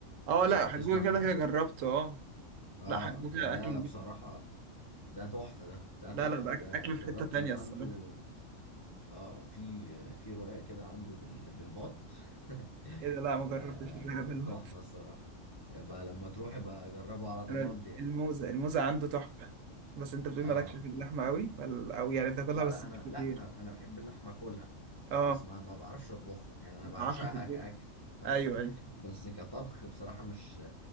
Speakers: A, on the right; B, on the left.
A: أه
B: آه،
A: لا
B: لو
A: حجوجة
B: تسمع عنه
A: كده كده جربته أه
B: اه
A: لا حجوجة
B: ده ده
A: أكل نضيف
B: بصراحة ده تحفة ده ده تحفة
A: لا لا ده أك-
B: ده يعني
A: أكل في
B: جربت
A: حتة تانية
B: من عنده
A: الصراحة
B: اه في في رقاق كده عنده بال بالبط <laughs>
A: إيه ده لا
B: آه،
A: ما جربتش الرقاب الوقت
B: تحفة الصراحة بقى لما تروح بقى جربه على ضمانتي
A: أنا
B: يعني
A: الموزة الموزة عنده تحفة بس أنت بتقول
B: اه
A: مالكش في اللحمة أوي ولا أوي يعني بتاكلها
B: لا
A: بس
B: لا
A: مش
B: انا
A: كتير
B: لا انا انا بحب اللحمه اكلها
A: أه
B: بس ما ما بعرفش اطبخها يعني انا
A: ما
B: بعشقها
A: تعرفش تطبخ.
B: كاكل بس
A: أيوه أيوه
B: <laughs> بس كطبخ بصراحه مش